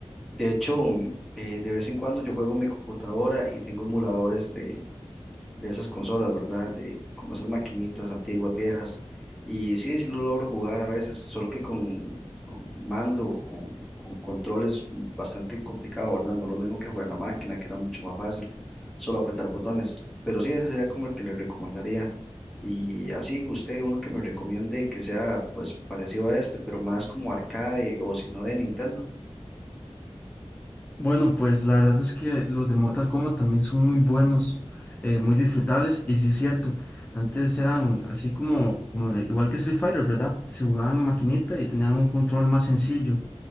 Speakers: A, in the centre; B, on the left.
A: De hecho, mm, eh, de vez en cuando yo juego en mi computadora y tengo emuladores de esas consolas, ¿verdad? De como esas maquinitas antiguas, viejas. Y sí, sí lo logro jugar a veces, solo que con, con mando, o con, con controles bastante complicado, ¿verdad? No lo mismo que jugar en la máquina, que era mucho más fácil, solo apretar botones. Pero sí, ese sería como el que le recomendaría. Y así, usted, uno que me recomiende que sea pues parecido a este, pero más como arcade o si no de Nintendo.
B: Bueno, pues la verdad es que los de Mortal Kombat también son muy buenos, eh, muy disfrutables, y sí es cierto, antes eran así como, como de- igual que Street Fighter, ¿verdad? Se jugaban en maquinita y tenían un control más sencillo.